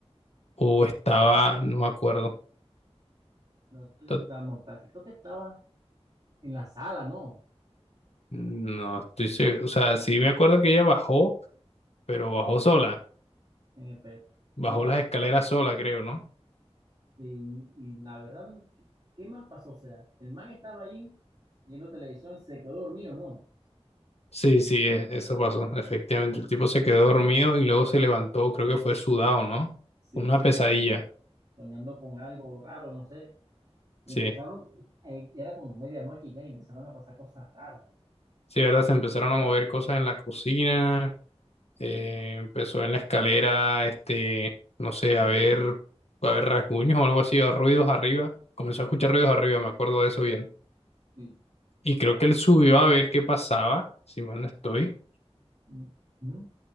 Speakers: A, on the left; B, on the right.
A: o
B: mm,
A: estaba, no me acuerdo.
B: no estoy
A: To-
B: dando, espérate, creo que estaba en la sala, ¿no?
A: No estoy seguro. O sea, sí me acuerdo que ella bajó, pero bajó sola.
B: En efecto.
A: Bajó
B: No más,
A: las escaleras sola, creo, ¿no?
B: sí, y la verdad, ¿qué más pasó? O sea, el man estaba ahí viendo televisión, se quedó dormido, ¿no?
A: Sí, sí, e- eso pasó. Efectivamente, el tipo se quedó dormido y luego se levantó, creo que fue sudado, ¿no?
B: Sí,
A: Una
B: como
A: pesadilla.
B: soñando con algo raro, no sé. Y
A: Sí,
B: empezaron, ahí era como medianoche ya, y empezaron a pasar cosas raras.
A: sí, ¿verdad? Se empezaron a mover cosas en la cocina, eh, empezó en la escalera, este, no sé, a ver, a ver rasguños o algo así, o ruidos arriba. Comenzó a escuchar ruidos arriba, me acuerdo de eso bien.
B: sí
A: Y creo
B: o sea,
A: que él subió a ver qué pasaba, si mal no estoy.
B: mm, mm,